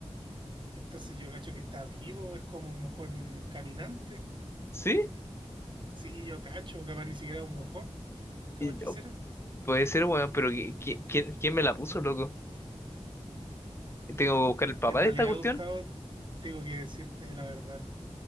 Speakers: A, on the right; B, on the left.
A: Entonces yo cacho que está vivo, es como un mojón caminante.
B: ¿Sí?
A: Sí, yo cacho, capaz ni siquiera un mojón, capaz
B: Y-
A: que será.
B: puede ser, weón, pero ¿qui- qui- ¿quién, quién me la puso, loco? ¿Tengo que buscar el papá
A: En realidad,
B: de esta cuestión?
A: Gustavo, tengo que decirte la verdad.